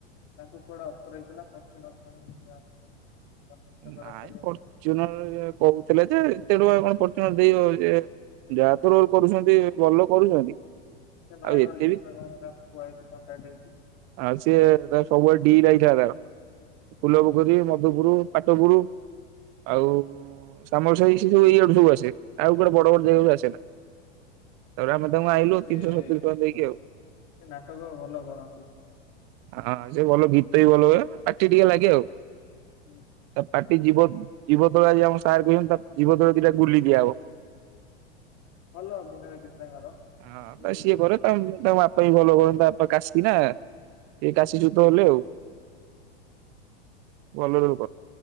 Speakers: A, on the left; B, on the right.
A: ତାଙ୍କୁ କୁଆଡେ ଅଫର ହେଇଥିଲା ପରସନାଲ ପାଇଁ ପୁରା। ନାଟକର
B: ନାଇଁ
A: କରିବା
B: ପରର୍ଚୁନର
A: ପାଇଁ
B: କହୁଥିଲେ ଯେ ଏତେ ଟଙ୍କା କଣ ଫର୍ଚୁନର ଦେଇହବ ଯେ ଯାହା ତ ରୋଲ କରୁଛନ୍ତି ଭଲ କରୁଛନ୍ତି।
A: ସେ ନୟାଗଡ
B: ଆଉ ଏତେ
A: ଯିବେ ବା କଣ କୁହାହେଇଛି କଣ୍ଟାଟ ହେଇଛି।
B: ଆଁ ସିଏ ତା ସବୁଆଡ ଡି ଲାଗିଥିଲା ତାର ଫୁଲ ପୋଖରୀ, ମଧୁପୁର। ପାଟପୁରୁ ଆଉ। ସାମଲସାହି ସିଏ ସବୁ ଇଆଡୁ ସବୁ ଆସେ ଆଉ କୁଆଡୁ ବଡ ବଡ ଜାଗାରୁ ଆସେ ନା। ତାପରେ ଆମେ ତାଙ୍କୁ ଆଇଁଲୁ
A: ସିଏ
B: ତିନଶହ ସତୁରି
A: କିନ୍ତୁ
B: ଟଙ୍କା ଦେଇକି ଆଉ।
A: ସେ ନାଟକ ଭଲ କରନ୍ତି
B: ହଁ ସେ ଭଲ ଗୀତ ବି ଭଲ ଗାଏ, ପାଟି ଟିକେ ଲାଗେ ଆଉ।
A: ହୁଁ।
B: ତା ପାଟି ଜୀଭ ଜୀଭ ତଳେ ଆଜି ଆମ ସାର୍ କହିଛନ୍ତି ତା ଜୀଭ ତଳେ ଦିଇଟା ଗୁଲି ଦିଆହବ।
A: ଭଲ ଅଭିନୟ କିନ୍ତୁ ତାଙ୍କର
B: ଆଁ
A: ସେ
B: ବା ସିଏ କରେ। ତାଅଁ ତାଙ୍କ ବାପା ବି ଭଲ କରନ୍ତି ତାଙ୍କ ବାପା କାଶୀ ନା ସେ କାଶୀଚୁତ ଗଲେ ଆଉ। ଭଲ ରୋ